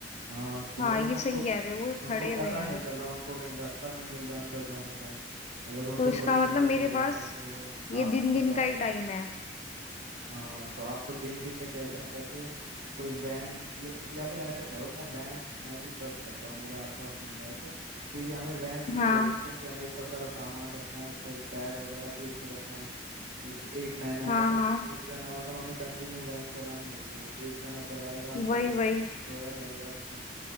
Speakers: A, on the right; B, on the left.
A: हाँ तो
B: हाँ
A: मतलब
B: ये
A: उनको
B: सही कह रहे हो वो खड़े
A: उनको
B: हुए
A: पता
B: हैं
A: नहीं
B: बस
A: चला उनको कहीं रास्ता नहीं मिल रहा अंदर जाने का अगर उनको
B: तो इसका
A: थोड़ा
B: मतलब
A: गैस
B: मेरे
A: हो जाएगा
B: पास
A: तो
B: ये
A: आप
B: दिन दिन
A: सता
B: का ही
A: सकते
B: टाइम
A: हैं
B: है
A: हाँ तो आपको दिन दिन में कैसे ना कैसे कोई वैन या, या फिर ऐसे करो मैं वैन मैं भी सर्च करता हूँ मेरे आसपास मिल जाए थे क्योंकि हमें वैन चाहिए
B: हाँ
A: होगी क्योंकि हमें इतना सारा सामान रखना है फिर बेड वगैरह भी उसमें रखना है क्योंकि एक महीना
B: हाँ
A: है तो
B: हाँ
A: एक जना मतलब हमें कंटिन्यू वैन चलानी होगी एक जना चलाएगा
B: वही
A: तो एक
B: वही
A: सोया रहेगा उसमें